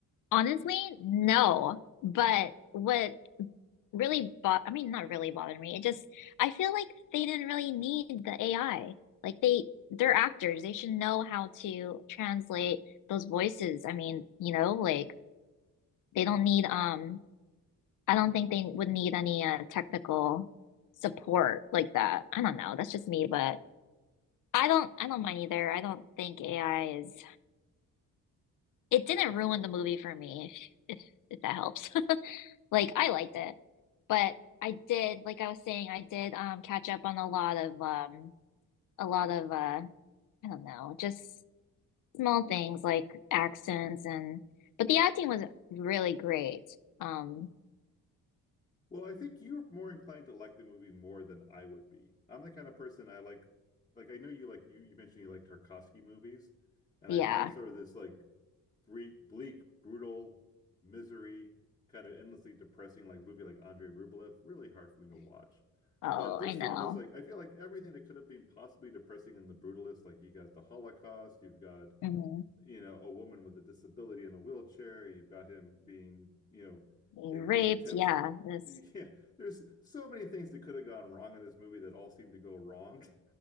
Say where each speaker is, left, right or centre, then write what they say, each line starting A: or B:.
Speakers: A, on the left; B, on the left.
A: Honestly, no. But what really bought, I mean, not really bothered me. It just, I feel like they didn't really need the AI. Like they, they're actors. They should know how to translate those voices. I mean, you know, like they don't need, um, I don't think they would need any uh, technical support like that. I don't know. That's just me, but I don't, I don't mind either. I don't think AI is, it didn't ruin the movie for me, if, if that helps. <laughs> Like I liked it, but I did, like I was saying, I did um catch up on a lot of um a lot of uh I don't know, just small things like accents and but the acting was really great. Um
B: Well, I think you're more inclined to like the movie more than I would be. I'm the kind of person I like like I know you like you you mentioned you like Tarkovsky movies, and
A: yeah.
B: I find sort of this like bleak, bleak, brutal misery, kind of endlessly depressing like movie like Andrei Rublev really hard for me to watch.
A: Oh,
B: But this
A: I know.
B: film was like I feel like everything that could have been possibly depressing in the brutalist, like you got the Holocaust, you've got
A: hmm
B: you know, a woman with a disability in a wheelchair. You've got him being, you know,
A: Being
B: his,
A: raped,
B: his attempts.
A: yeah.
B: <laughs>
A: This
B: Yeah, there's so many things that could have gone wrong in this movie that all seemed to go wrong. <laughs>